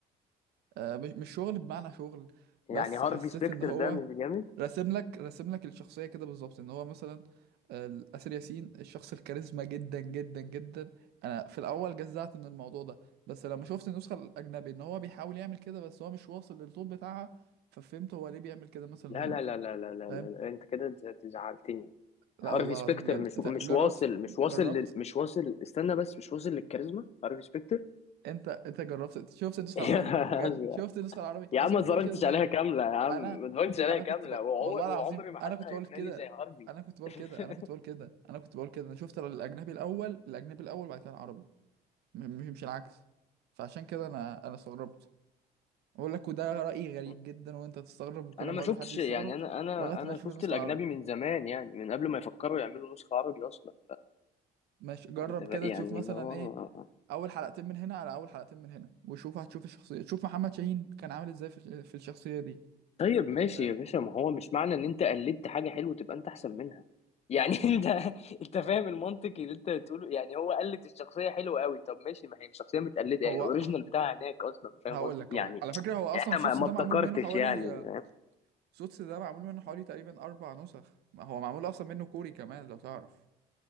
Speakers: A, on the right (about 75°); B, on the left (about 40°).
A: آه مش مش شغل بمعنى شغل
B: يعني
A: بس
B: هارفي
A: حسيت
B: سبيكتر
A: ان هو
B: ده مش جامد
A: راسم لك راسم لك الشخصية كده بالظبط ان هو مثلا آه، آسر ياسين الشخص الكاريزما جدا جدا جدا انا في الاول جزعت من الموضوع ده بس لما شفت النسخة الاجنبي ان هو بيحاول يعمل كده بس هو مش واصل للطول بتاعها ففهمت هو ليه بيعمل كده مثلا
B: لا لا
A: هنا
B: لا لا لا لا,
A: فاهم
B: لا, لا. انت كده ز- زعلتني
A: لا
B: هارفي
A: والله
B: سبيكتر
A: العظيم بجد
B: مش
A: انت
B: مش
A: جربت
B: واصل مش
A: جربت
B: واصل لل- مش واصل استنى بس مش واصل للكاريزما هارفي سبيكتر
A: انت انت جربت شفت النسخة
B: <laughs>
A: العربي بجد شفت النسخة العربي
B: يا
A: انا
B: عم
A: كنت
B: ما اتفرجتش
A: بقول كده زيك
B: عليها كاملة يا عم
A: انا
B: ما اتفرجتش عليها
A: انا
B: كاملة
A: كنت ب...
B: وعم-
A: والله
B: وعمري
A: العظيم
B: ما حد
A: انا كنت
B: هيقنعني
A: بقول كده
B: زي هارفي
A: انا كنت بقول
B: <laughs>
A: كده انا كنت بقول كده انا كنت بقول كده انا شفت الاجنبي الاول الاجنبي الاول بعد كده العربي م- مش مش العكس فعشان كده
B: لا،
A: انا انا استغربت اقول لك وده رايي غريب
B: لا.
A: جدا وانت تستغرب وكل
B: انا
A: ما
B: ما
A: اقول
B: شفتش
A: لحد يستغرب
B: يعني انا انا
A: لغايه
B: انا
A: ما يشوف
B: شفت
A: النسخه
B: الاجنبي
A: العربي
B: من زمان يعني من قبل ما يفكروا يعملوا نسخة عربي اصلا
A: ماشي جرب
B: فانت بقى
A: كده
B: يعني
A: تشوف مثلا
B: اللي هو
A: ايه اول حلقتين من هنا على اول حلقتين من هنا وشوف هتشوف الشخصيه شوف محمد شاهين كان عامل ازاي في في الشخصيه دي
B: طيب ماشي
A: فاهم
B: يا باشا ما هو مش معنى ان انت قلدت حاجه حلوه تبقى انت احسن منها يعني <laughs> انت انت فاهم المنطق اللي انت بتقوله يعني هو قلد الشخصيه حلوه قوي طب ماشي ما هي الشخصيه متقلده
A: هو
B: يعني الاوريجينال بتاعها هناك اصلا فاهم
A: هقول
B: قصدي
A: لك
B: يعني
A: هقول لك على فكره هو اصلا
B: يعني انت
A: سوتس
B: ما ما
A: ده
B: ابتكرتش
A: معمول منه حوالي
B: يعني
A: سوتس ده معمول منه حوالي تقريبا أربع نسخ ما هو معمول أصلا منه كوري كمان لو تعرف